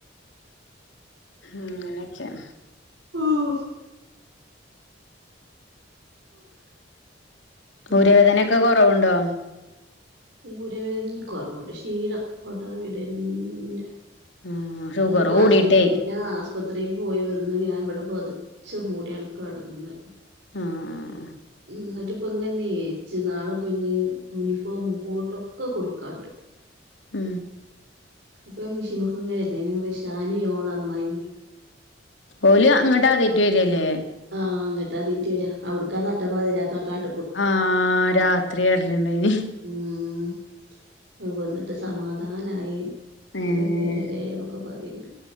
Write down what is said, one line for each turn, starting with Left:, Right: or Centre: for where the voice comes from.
Left: അങ്ങനെയൊക്കെണ്
Right: ആഹ് കോട്ടാ
Left: ഊരവേദനയൊക്കെ കൊറവുണ്ടോ?
Right: ഊരവേദന കൊറവുണ്ട് ക്ഷീണം കോട്ടാവിടന്നെ
Left: ആഹ് ഷുഗർ
Right: എന്നിട്ട് പാസ്യിട്ട
Left: കൂടിട്ടേ
Right: <unintelligible> ആശുപത്രിയിൽ പോയി വന്ന് ഞാൻ ഇവിടെ പൊതച്ച് മൂടിയാണ്ട് കെടന്ന്
Left: ആഹ് ആഹ് ആഹ്
Right: ന്നിട്ട് ഇപ്പ ഇങ്ങനെ എഴിച്ച് നാളെപ്പം ഞ്ഞി യൂണിഫോമും കോട്ടൊക്കെ കൊടുക്കാണ്ട്
Left: മ്
Right: അപ്പം മെഷിമ്മെക്ക് ഇങ്ങനെരിന്നെനി റിഷാനിം ഓളെ അമ്മായിമ്മീം
Left: ഓല് അങ്ങട്ട് ആദ്യായിറ്റ് വരല്ലേ
Right: ആഹ് അങ്ങട്ട് അദ്യായിറ്റ് വരാ അവിടുക്കാ നട്ടപ്പാതിരാക്ക് ആ കാട്ട്
Left: ആഹ് രാത്രി വര്ല്ണ്ടേനി
Right: ഉം വന്നിട്ട് സമാധാനായി
Left: ഏഹ്
Right: നല്ല പൊരലേ എന്നൊക്കെ പറയണ്ട്